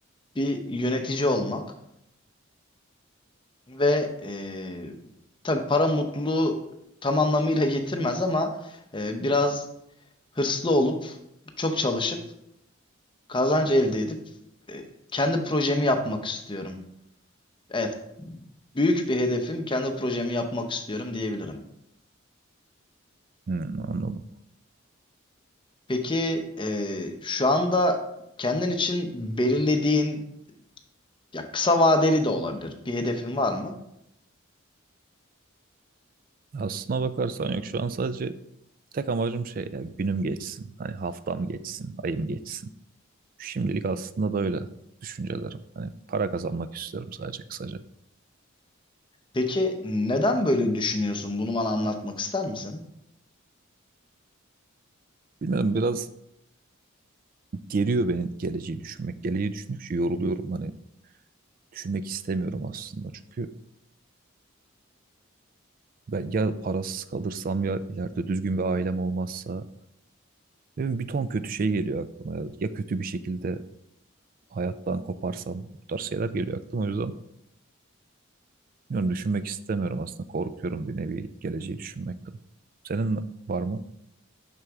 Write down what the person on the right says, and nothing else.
Hmm, anladım.
Aslına bakarsan yok şu an sadece Tek amacım şey ya günüm geçsin. Hani haftam geçsin, ayım geçsin. Şimdilik aslında böyle düşüncelerim. Hani para kazanmak istiyorum sadece kısaca.
Bilmiyorum biraz geriyor beni geleceği düşünmek. Geleceği düşündükçe yoruluyorum. Hani düşünmek istemiyorum aslında. Çünkü ben ya parasız kalırsam ya ileride düzgün bir ailem olmazsa. Ne bileyim, bir ton kötü şey geliyor aklıma. Ya kötü bir şekilde hayattan koparsam bu tarz şeyler geliyor aklıma. O yüzden Bilmiyorum, düşünmek istemiyorum aslında. Korkuyorum bir nevi geleceği düşünmekten. Senin var mı?